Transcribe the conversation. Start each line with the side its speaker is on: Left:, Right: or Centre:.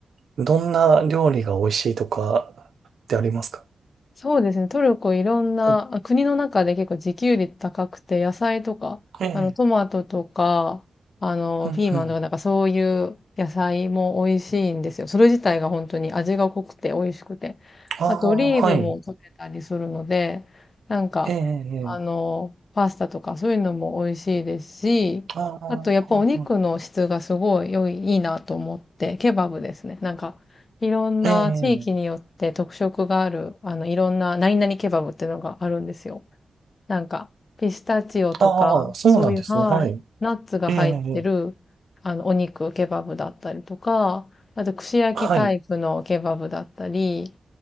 Right: どんな料理が美味しいとかってありますか
Left: そうですね。トルコいろんな、
Right: はい。
Left: あ国の中で結構自給率高くて、野菜とか、
Right: ええ。
Left: あの、トマトとか、あの、
Right: うん、
Left: ピーマンとか、
Right: うん。
Left: なんかそういう野菜も美味しいんですよ。それ自体が本当に味が濃くて美味しくて。
Right: ああ、
Left: あと、オリーブも取れたりするので、
Right: はい。
Left: なんか、
Right: ええ、ええ。
Left: あの、パスタとかそういうのも美味しいですし、
Right: ああ、
Left: あと、やっぱお肉の質がすごい良い、
Right: うん
Left: いいなと思って、ケバブですね。なんか、いろんな地域によって特色がある、
Right: ええ、
Left: あの、いろんな何々ケバブっていうのがあるんですよ。なんか、ピスタチオとか、
Right: ああ、そうなんですね。
Left: そういう、はい、
Right: はい。
Left: ナッツが入ってる、
Right: ええ、
Left: あの、お肉、ケバブだったりとか、あと、串焼きタイプのケバブだったり、
Right: はい、